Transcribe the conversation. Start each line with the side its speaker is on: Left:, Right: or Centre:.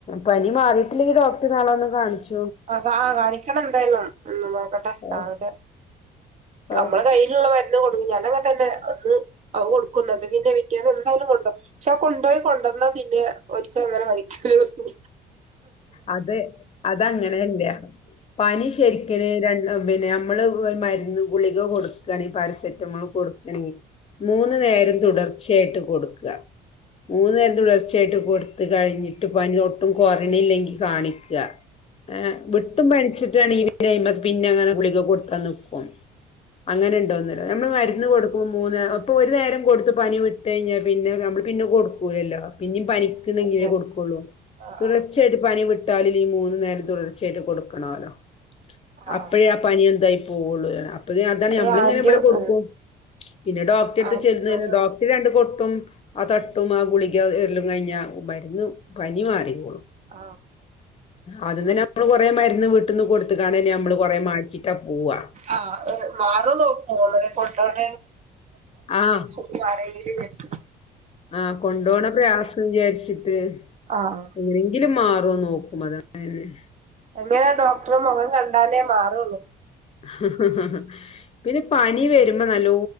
Left: പനി മാറിയിട്ടില്ലെങ്കി ഡോക്ടറെ നാളെ ഒന്ന് കാണിച്ചു
Right: ആ കാ കാണിക്കണം എന്തായാലും. ഒന്ന് നോക്കട്ടെ
Left: ആഹ്
Right: കാണിക്കാം നമ്മള്
Left: ആഹ്
Right: കൈ വീട്ടിലൊള്ള മരുന്ന് കൊടുക്കും ഞാനങ്ങനെ തന്നെ അന്ന് കൊടുക്കുന്നു പിറ്റേന്ന് എന്തായാലും കൊണ്ടോവും. പക്ഷെ കൊണ്ടുപോയി കൊണ്ടുവന്നാ പിന്നെ ഒരിക്കും അങ്ങനെ പനിക്കും
Left: അതേ. അത് അതങ്ങനെതന്നെയാ പനി ശരിക്കന് രണ്ട് പിന്നെ നമ്മള് മരുന്ന് ഗുളിക കൊടുക്കയാണെങ്കിൽ പാരസെറ്റമോള് കൊടുക്കയാണെങ്കിൽ മൂന്ന്‌ നേരം തുടർച്ചയായിട്ട് കൊടുക്കുക. മൂന്നു നേരം തുടർച്ചയായിട്ട് കൊടുത്ത് കഴിഞ്ഞിട്ട് പനി ഒട്ടും ഒട്ടും കൊറഞ്ഞില്ലെങ്കിൽ കാണിക്കുക. എ എന്നിട്ടും പനിച്ചിട്ടാണങ്കി പിന്നെ അതിന്മേ പിന്നെങ്ങനെ ഗുളികാ കൊടുത്താ നിക്കും. അങ്ങനെ ഉണ്ടോന്നല്ലേ നമ്മള് മരുന്ന് കൊടുക്കുമ്പോ മൂന്നു നേരം അപ്പൊ ഒരു നേരം കൊടുത്ത് പനി വിട്ട് കഴിഞ്ഞ പിന്നെ നമ്മള് പിന്നെ കൊടുക്കൂലല്ലോ. പിന്നും പനിക്ക്ണ്ടെങ്കിലെ
Right: ഇല്ല ആഹ് ആഹ്
Left: കൊടുക്കുള്ളൂ.
Right: ആഹ്
Left: തുടർച്ചയായിട്ട് പനി വിട്ടാലും ഈ മൂന്ന് നേരം തുടർച്ചയായിട്ട് കൊടുക്കണോല്ലോ.
Right: ആഹ്
Left: അപ്പഴേ ആ പനിയെന്തായി പോവുള്ളൂന്ന്‌. അപ്പ അതാണ്
Right: അത്
Left: നമ്മളങ്ങനെ
Right: ആന്റി
Left: ഇവിടെ കൊടുക്കും.
Right: ഉം
Left: പിന്നെ ഡോക്ടർടടുത്തു
Right: ആന്റിബയോട്ടിക്
Left: ചെല്ലുന്ന രണ്ട് കൊട്ടും ആ തട്ടും ആ ഗുളിക എല്ലാം കഴിഞ്ഞ മരുന്ന് പനി മാറി. <unintelligible>
Right: ആഹ്
Left: ആദ്യം തന്നെ നമ്മള് കൊറേ മരുന്ന് വീട്ടിന്ന് കൊടുത്തക്കാണ നമ്മള് കൊറേ മാറ്റിട്ടാ പോവാ.
Right: ആ മാറുന്ന്‌ നോക്കും. അന്നരെ കൊണ്ടോണ
Left: ആഹ്
Right: <unintelligible>
Left: ആ കൊണ്ടപോണ പ്രയാസം വിചാരിച്ചിട്ട്.
Right: ആഹ്
Left: എങ്ങനെങ്കിലും മാറുമോന്ന്‌ നോക്കും. അതാ ഉം
Right: അങ്ങനെ ഡോക്ടറെ മുഖം കണ്ടാലേ മാറുള്ളൂ
Left: ആ പിന്നെ പനി വരുമ്പോ നല്ലോ